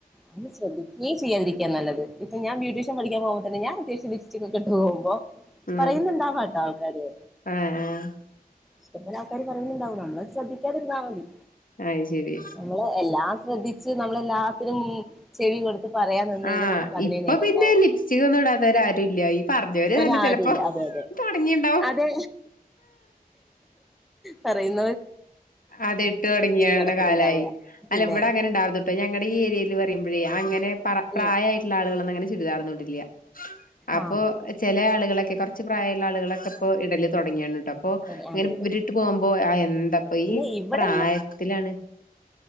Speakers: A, in the centre; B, on the left.
A: അത് ശ്രദ്ധിക്ക്യേ ചെയ്യാതിരിക്ക്യാ നല്ലത് ഇപ്പ ഞാൻ ബ്യൂട്ടീഷ്യൻ പഠിക്കാൻ പോവുമ്പ തന്നെ ഞാനത്യാവശ് ലിപ്സ്റ്റിക്കൊക്കിട്ട് പോവുമ്പോ
B: ആഹ്
A: പറയുന്നുണ്ടാവാട്ടോ ആൾക്കാര്
B: ആഹ് ആഹ്
A: ഇഷ്ടംപോലെ ആൾക്കാര് പറയുന്നുണ്ടാവും നമ്മളത് ശ്രദ്ധിക്കാതിരുന്നാ മതി
B: അയ് ശരി
A: നമ്മള് എല്ലാം ശ്രദ്ധിച്ച് നമ്മളെല്ലാത്തിനും ചെവി കൊടുത്ത് ത്ത് പറയാൻ നിന്ന്
B: ആഹ്
A: കഴിഞ്ഞാ നമുക്ക് അതിനേ
B: ഇപ്പൊ
A: നേരണ്ടാവൂ
B: പിന്നെ ലിപ്സ്റ്റിക് ഒന്നും ഇടാത്തവരാരും ഇല്ല ഈ പറഞ്ഞവര്
A: ഒരാടിയില്ലേ
B: തന്നെ ചെലപ്പോ
A: അത് അതെ
B: തൊടങ്ങിണ്ടാവും
A: അതേ പറയുന്ന്
B: അതെ ഇട്ട് തൊടങ്ങിയാണ
A: നടക്കുന്നുണ്ടാവുക
B: കാലായി
A: പിന്നെ
B: അല്ലിവിടെ അങ്ങനെണ്ടാവറ്ത്ട്ടോ ഞങ്ങടീ ഏരിയേല് പറയുമ്പഴേ അങ്ങൻ പറ പ്രായായിട്ട്ള്ള
A: ഉം
B: ആളുകളൊന്നങ്ങനെ ചുരിദാറൊന്നു ഇടില്ല്യ അപ്പോ
A: ആഹ്
B: ചെലയാളുകളക്ക് ക്കെ കൊറച്ച് പ്രായള്ള ആളുകളൊക്കെപ്പോ ഇടല് തൊടങ്ങിയാണ് ട്ടോ അപ്പൊ
A: അതെ
B: അങ്ങനെ
A: അതെ
B: ഇവിരിട്ട് പോവുമ്പോ ആഹ് എന്ത് ന്തപ്പൊ
A: പിന്നെ
B: ഈ
A: ഇവിടെ
B: പ്രായത്തിലാണ്